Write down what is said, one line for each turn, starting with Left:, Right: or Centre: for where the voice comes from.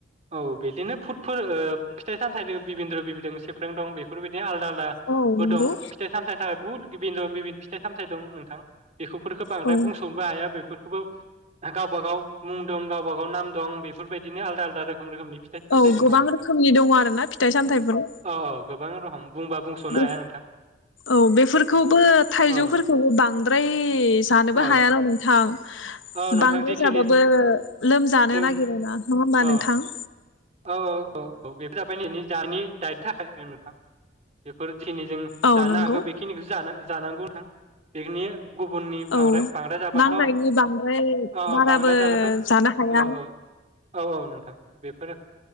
Right: औ बिदिनो फुडफोर ओ फिथाइ सामथाइनो बिबिनद्र' बिबिनद्र सेब फ्रें दं बेफोरबायदि आलदा आल दा
Left: औ
Right: बो
Left: नंगौ
Right: दं फिथाइ सामथाइनि थाखाय बहुद बिबिन्द्रन बिबिन फिथाइ सामथाइ दं नोंथां। बेखौफोरखौ बांद्राय
Left: औ
Right: बुंस'नोबो हाया बेफोर खौबो गावबा गाव मुं दं गावबा गाव नाम दं बेफोरबायदिनो आलदा आलदा रोखोम रोखोमनि फिथाइ सामथाइ
Left: औ गोबां
Right: दं आरो नोंथां।
Left: रोखोमनि दङ' आरो ना फिथाइ सामथाइफोर औ
Right: औ गोबां रखम बुंबा बुंस'नो
Left: बे
Right: हाया नोंथां
Left: औ बेफोरखौबो थाइजौफोरखौबो
Right: औ
Left: बांद्राय जानोबो
Right: औ
Left: हायाना नोंथां।
Right: औ नोंथां
Left: बांद्राय
Right: जिखिनि
Left: जाबाबो लोमजानो
Right: जों
Left: नागिरो ना। नङा होमबा
Right: औ
Left: नोंथां?
Right: औ औ औ औ <unintelligible> दानि दाय थाखाय ओ नोंथां बेफोर जिखिनि जों
Left: औ
Right: जानो
Left: नंगौ
Right: हागो बेखिनिखौसो जानो जानांगौ नोथां बेखिनि गुबुननि बांद्राय
Left: औ
Right: बांद्राय जाबाथ
Left: नांनायनि
Right: अ
Left: बांद्राय बाराबो
Right: बांद्राय जाबाथ ओ
Left: जानो हाया
Right: औ-औ-औ नोंथां बेफोरो